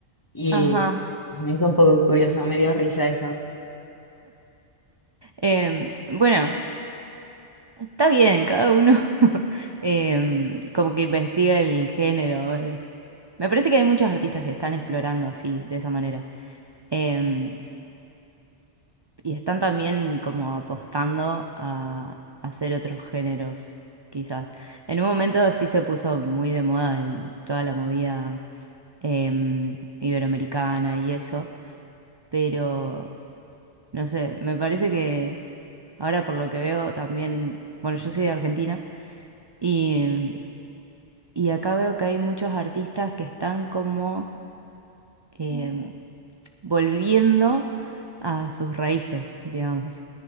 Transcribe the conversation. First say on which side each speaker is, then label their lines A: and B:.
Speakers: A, on the left (about 20°); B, on the right (about 35°).
A: Y
B: Ajá.
A: pues, me hizo un poco curioso, me dio risa eso.
B: Em, bueno. Está bien, cada uno <laughs> em, como que investiga el género. a ver. Me parece que hay muchos artistas que están explorando así, de esa manera. Em, y están también como apostando a, a hacer otros géneros, quizás. En un momento sí se puso muy de moda el- toda la movida em, iberoamericana y eso, pero no sé, me parece que ahora por lo que veo también, bueno, yo soy de Argentina. Y Y acá veo que hay muchos artistas que están como em, volviendo a sus raíces, digamos.